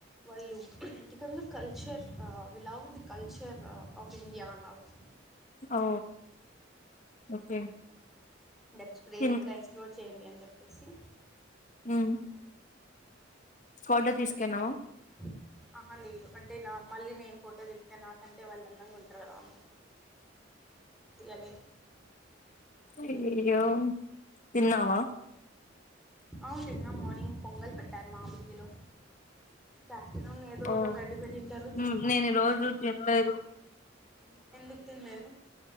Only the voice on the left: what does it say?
ఓ ఓకే
తిన్
ఉమ్ ఫోటో తీసుకెళ్ళావా
అయ్యోయ్యో తిన్నావా
ఓ
ఉమ్ నేను ఈ రోజు తినలేదు